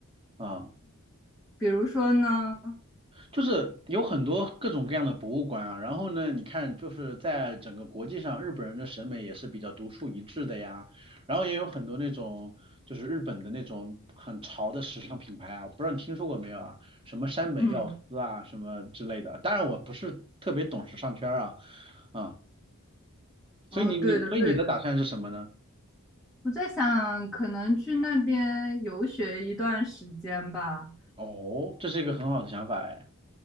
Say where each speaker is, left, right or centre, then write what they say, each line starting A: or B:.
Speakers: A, on the right; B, in the centre.
A: 啊。
B: 比如说呢，
A: 就是有很多各种各样的博物馆啊，然后呢，你看就是在整个国际上，日本人的审美也是比较独树一帜的呀，然后也有很多那种就是日本的那种很潮的时尚品牌啊，我不知道你听说过没有啊？什么山本耀司啊，
B: 嗯，
A: 什么之类的。当然我不是特别懂时尚圈儿啊，啊、
B: 哦，
A: 所以你你所以你的打算是什么呢？
B: 对的对的，我在想，可能去那边游学一段时间吧。
A: 哦，这是一个很好的想法哎，